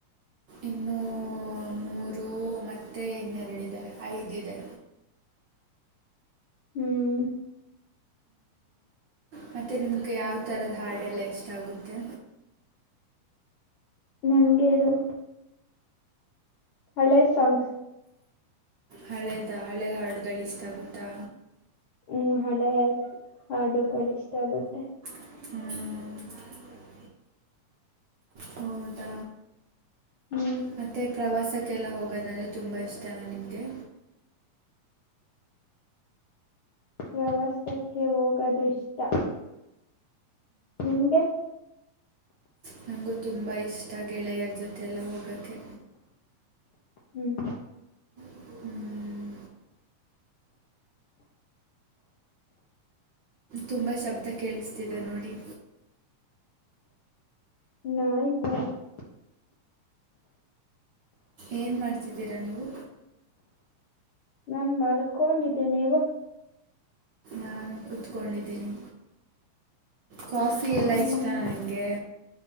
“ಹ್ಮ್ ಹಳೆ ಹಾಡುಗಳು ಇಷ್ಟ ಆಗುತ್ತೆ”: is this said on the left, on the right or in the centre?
Left